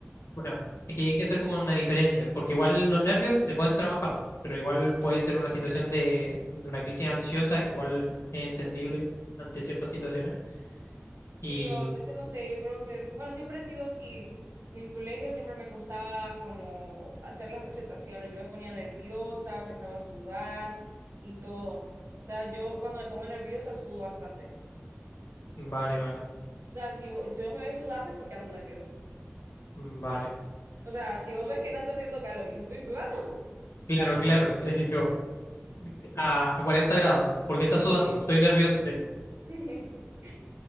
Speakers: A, on the left; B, on the right.
A: bueno, es que hay que hacer como una diferencia, porque igual los nervios se pueden trabajar, pero igual puede ser una situación de, de una crisis ansiosa que igual es entendible ante ciertas situaciones.
B: Sí,
A: Y,
B: o- es que no sé, yo creo que, bueno, siempre he sido así. En el colegio siempre me costaba como hacer las presentaciones, yo me ponía nerviosa, empezaba a sudar y todo. O sea, yo cuando me pongo nerviosa sudo bastante.
A: vale, vale.
B: O sea, si, vo- si vos me ves sudando es porque ando nerviosa.
A: Mm, Vale.
B: O sea, si vos ves que no está haciendo calor y yo estoy sudando,
A: Claro,
B: ando...
A: claro. <laughs> Es que como, a, a 40 grados, porque está sudando,
B: Sí.
A: estoy nervioso.
B: <laughs>